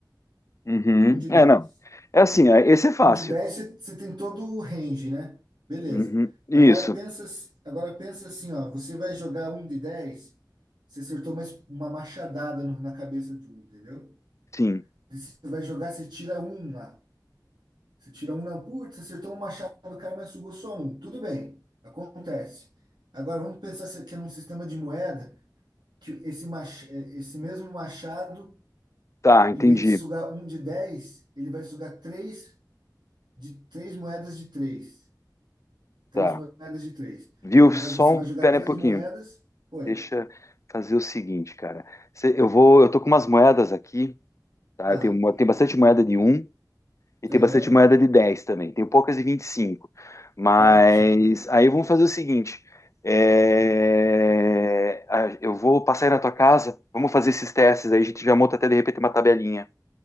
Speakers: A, on the left; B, on the right.
A: Uhum.
B: Um de
A: É,
B: dez,
A: não. É assim, é- esse é fácil.
B: Um de 10, você você tem todo o range, né? Beleza.
A: Uhum. Isso,
B: Agora pensa, s- agora pensa assim, ó, você vai jogar um de 10, você acertou uma, es- uma machadada no- na cabeça de um, entendeu?
A: sim.
B: E Você vai jogar, você tira um lá. Você tira um na putz, você acertou um machado do cara, mas sugou só um. Tudo bem, acontece. Agora vamos pensar se- que é num sistema de moeda que esse, mach, eh, esse mesmo machado,
A: Tá, entendi.
B: em vez de sugar um de 10, ele vai sugar três de três moedas de três. Três
A: Tá.
B: moedas de três.
A: Viu?
B: Ele
A: Só
B: vai, jo- você
A: um,
B: vai jogar
A: pera
B: três
A: aí um pouquinho.
B: moedas. Oi.
A: Deixa eu fazer o seguinte, cara. Cê- Eu vou, eu tô com umas moedas aqui, tá?
B: Tá.
A: Eu tenho, mo- tem bastante moeda de um e tem
B: Aham.
A: bastante moeda de 10 também. Tenho poucas de 25. Mas
B: Ótimo.
A: aí vamos fazer o seguinte. é, a- Eu vou passar aí na tua casa, vamos fazer esses testes aí, a gente já monta até de repente uma tabelinha.